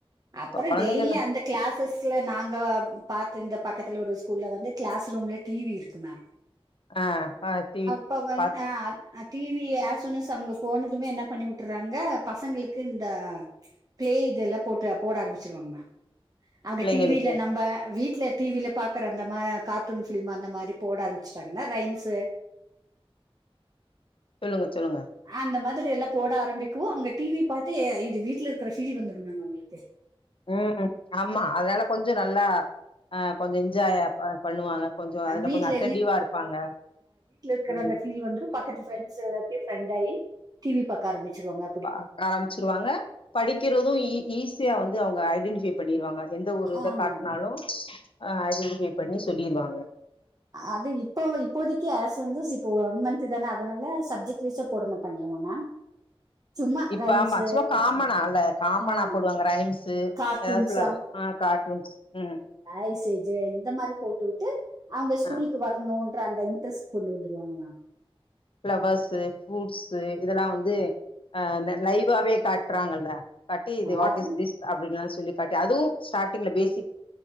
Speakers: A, on the right (about 40°); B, on the left (about 60°).
A: அப்புற
B: கொழந்தைங்கன்னா
A: டெய்லி அந்த க்ளஸஸ்ல நாங்க பாத்து இந்த பக்கத்துல ஒரு ஸ்கூல்ல வந்து க்ளஸ் ரூம்ல டி வி இருக்கு மம்
B: ஆ ஆ டி
A: இப்ப ஒன்
B: பாத்
A: ஆ டிவிஆஸ்ஸுனஸ் அவங்க போனதுமே என்ன பண்ணி விட்டுறாங்க பசங்களுக் கிண்டா பிளே இதெல்லா போட்டு போட ஆரம்பிச்சிருவாங்க அவங்க
B: பிள்ளைங்களுக்கு
A: டிவி ல நம்ம வீட்ல டிவி ல பாக்குற அந்த கார்டூன் ஃபிலிம் அந்த மாரி போட ஆரம்பிச்சிட்டாங்கன்னா ரைம்ஸ்ஸு
B: சொல்லுங்க சொல்லுங்க
A: அந்த மாதிரி எல்லா போட ஆரம்பிக்கு அவங்க டிவி பாத்தே இது வீட்ல இருக்கிற ஃபீல் வந்துடு மேம் அவங்களுக்கு
B: ம் ஆமா அதனால கொஞ்சோ நல்லா ஆ கொஞ்சோ என்ஜாயா பண்ணுவாங்க கொஞ்சோ அதுல
A: வீட்ல
B: கொஞ்சோ அட்டென்டிவா இருப்பாங்க
A: இருக்குற
B: ம்
A: அந்த ஃபீல் வந்து பக்கத்து ஃபிரண்டஸ் எல்லாத்தையு ஃபிரெண்ட் ஆயி டிவி பாக்க ஆரம்பச்சிருவாங்க
B: ஆ ஆரம்பிச்சிருவாங்க படிக்கிறது ஈஸியா வந்து அவங்க ஐடென்டிஃபை பண்ணிருவாங்க எந்த ஒரு இத
A: ஆமா
B: காட்னாலு
A: மேம்
B: ஐடென்டிஃபை பண்ணி சொல்லிருவாங்க
A: அது இப்போ இப்போதைக்கு அஸ் வந்து ஸிப்போ ஒன் மந்த் தான அதனால சப்ஜெக்ட் வைஸா போட மாட்டாங்களாமா மேம்
B: <unintelligible>
A: சும்மா
B: இப்ப
A: ரைம்ஸ்
B: மச்சுமா காமனால்ல காமனா
A: ஆ
B: போடுவாங்க ரைம்ஸ்ஸு
A: கார்ட்டூன்ஸ்
B: எதா ஃபுல்லா ஆ கார்ட்டுன்ஸ் ம்
A: ஐ சி ஜே இந்த மாரி போட்டுவுட்டு அவங்க ஸ்கூலுக்கு
B: ஆ
A: வரணும்ன்ற அந்த இன்ட்ரெஸ்ட் கொண்டு வந்துருவாங்க மேம்
B: ஃப்ளவர்ஸு, ஃப்ரூட்ஸு இதெல்லா வந்து ஆ லைவாவே காட்றாங்கல்ல பட்டி இது வாட்டிஸ்
A: அதான்
B: திஸ் அப்டின்னுலா சொல்லி காட்டி அதுவு ஸ்டார்ட்டிங்ல பேசிக்